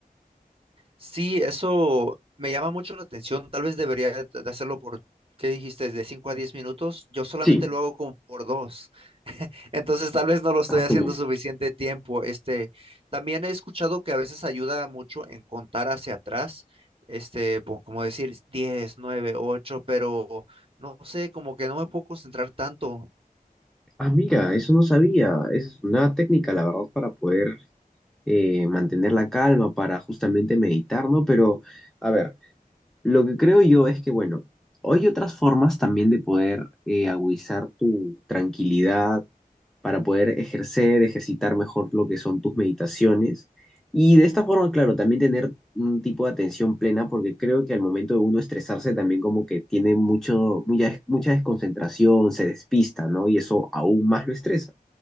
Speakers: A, on the right; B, in the centre.
A: Sí, eso me llama mucho la atención. Tal vez debería de de hacerlo por, ¿qué dijiste? De 5 a 10 minutos. Yo solamente
B: Sí.
A: lo hago como por dos. Entonces, tal vez no lo estoy
B: A su
A: haciendo
B: madre.
A: suficiente tiempo. Este, también he escuchado que a veces ayuda mucho en contar hacia atrás. Este, po- como decir 10, 9, 8. pero no sé, como que no me puedo concentrar tanto.
B: Ah, mira, eso no sabía. Es una técnica, la verdad, para poder eh, mantener la calma, para justamente meditar, ¿no? Pero, a ver. Lo que creo yo es que, bueno, hay otras formas también de poder eh, agudizar tu tranquilidad para poder ejercer, ejercitar mejor lo que son tus meditaciones. Y de esta forma, claro, también tener un tipo de atención plena, porque creo que al momento de uno estresarse también como que tiene mucho, mucha, des- mucha desconcentración, se despista, ¿no? Y eso aún más lo estresa.